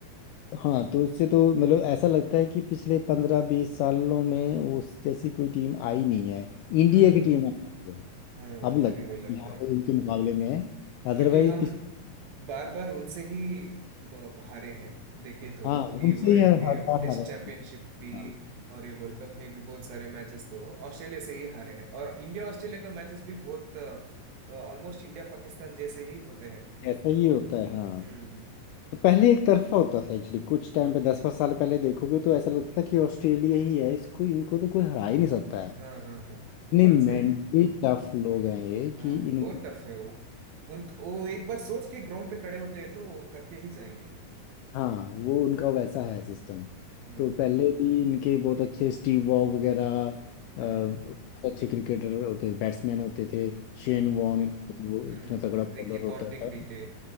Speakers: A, on the left; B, on the right.
A: हाँ तो उससे तो मतलब ऐसा लगता है कि पिछले पंद्रह बीस सालों में उस जैसी कोई टीम आई नहीं है इंडिया
B: हाँ
A: की टीम आई है
B: हाँ
A: अब
B: मुझे
A: लगता
B: भी वही
A: है
B: लगता
A: कि हाँ
B: है
A: कोई उनके मुकाबले में है अदरवाइज
B: क्योंकि हम
A: पिछले
B: बार बार उनसे ही म, हारे हैं देखे तो
A: हाँ
B: ये
A: उनसे
B: वर्ल्ड
A: ही हर हर बार
B: टेस्ट
A: हारा है।
B: चैंपियनशिप भी
A: हाँ
B: और ये वर्ल्ड कप में भी बहुत सारे मैचेस तो ऑस्ट्रेलिया से ही हारे हैं और इंडिया ऑस्ट्रेलिया का मैचेस भी बहुत ऑलमोस्ट इंडिया पाकिस्तान जैसे ही होते हैं
A: ऐसा ही होता है हाँ
B: हम्म
A: तो पहले एक तरफा होता था एक्चुअली कुछ टाइम पे दस पाँच साल पहले देखोगे तो ऐसा लगता था कि ऑस्ट्रेलिया ही है इसको इनको तो कोई हरा ही नहीं सकता है
B: हाँ हाँ हाँ
A: इतने
B: बात
A: मेंटली
B: सही है
A: टफ लोग हैं ये
B: हाँ
A: कि
B: बहुत
A: इनको
B: टफ है वो उन वो एक बार सोच के ग्राउंड पे खड़े होते हैं तो वो करके ही जाएंगे
A: हाँ वो उनका वैसा है सिस्टम
B: हम्म
A: तो पहले भी इनके बहुत अच्छे स्टीव वॉग वगैरह अ, बहुत
B: हम्म
A: अच्छे क्रिकेटर होते बैट्समैन होते थे शेन
B: हम्म
A: वॉर्न
B: हम्म
A: वो इतना
B: हम्म
A: तगड़ा बॉलर
B: रिकी
A: होता
B: पॉन्टिंग
A: था
B: भी थे